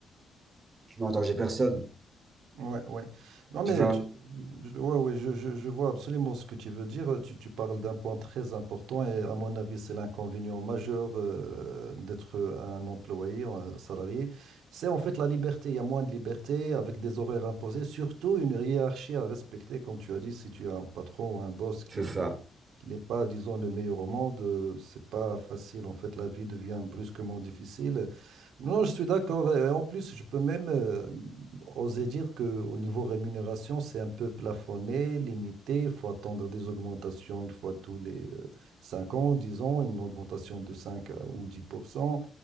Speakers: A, on the right; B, on the right.
A: tu mets en danger personne,
B: Ouais, ouais. Non, mais
A: tu vois.
B: tu- je- ouais, ouais, je, je- je vois absolument ce que tu veux dire. Tu, tu parles d'un point très important et à mon avis, c'est l'inconvénient majeur euh, d'être un employé, un salarié. C'est en fait la liberté. Il y a moins de liberté avec des horaires imposés, surtout une hiérarchie à respecter. Comme tu as dit, si tu as un patron ou un boss qui,
A: C'est ça.
B: euh, qui n'est pas, disons, le meilleur au monde, euh, c'est pas facile. En fait, la vie devient brusquement difficile. Non, je suis d'accord. Et en plus, je peux même euh, oser dire qu'au niveau rémunération, c'est un peu plafonné, limité. Il faut attendre des augmentations une fois tous les euh, 5 ans, dix ans, une augmentation de 5 euh, ou 10%.